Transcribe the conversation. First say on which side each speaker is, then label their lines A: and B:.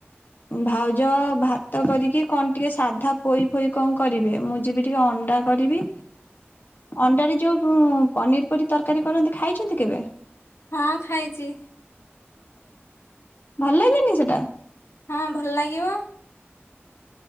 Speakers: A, on the left; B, on the left.
A: ଭାଉଜ ଭାତ କରିକି କଣ ଟିକେ ସାଧା ପୋଇ ଫୋଇ କଣ କରିବେ ମୁଁ ଯିବି ଟିକେ ଅଣ୍ଡା କରିବି ଅଣ୍ଡାରେ ଯୋଉ ପନିର ପରି ତରକାରୀ କରନ୍ତି ଖାଇଛନ୍ତି କେବେ
B: ହଁ ଖାଇଛି।
A: ଭଲ ଲାଗେନି ସେଟା?
B: ହଁ ଭଲ ଲାଗିବ।